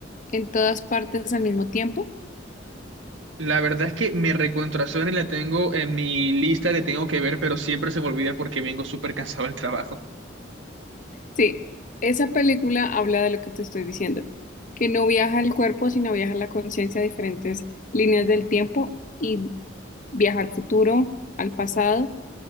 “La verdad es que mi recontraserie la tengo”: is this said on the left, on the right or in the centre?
Right